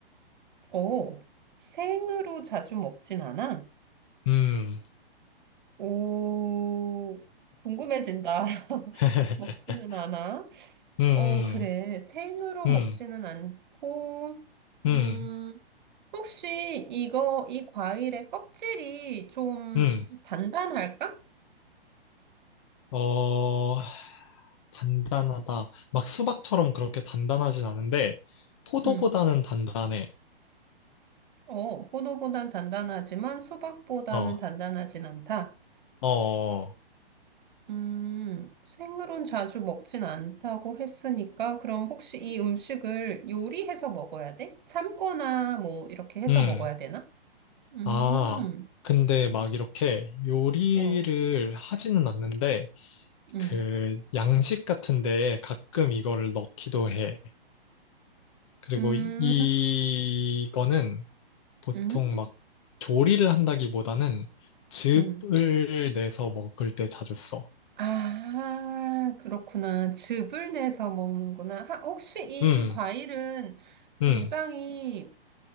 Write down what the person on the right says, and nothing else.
오, 생으로 자주 먹진 않아?
오, 궁금해진다. <laughs>
먹지는 않아?
어, 그래. 생으로
먹지는 않고, 음,
혹시 이거, 이 과일의 껍질이 좀
단단할까?
음,
어, 포도보단 단단하지만 수박보다는
단단하진 않다.
음, 생으론 자주 먹진 않다고 했으니까, 그럼 혹시 이 음식을 요리해서 먹어야 돼? 삶거나 뭐, 이렇게 해서
먹어야 되나? 음,
어,
음,
음,
음,
음.
아, 그렇구나. 즙을 내서 먹는구나. 하- 혹시 이
과일은 굉장히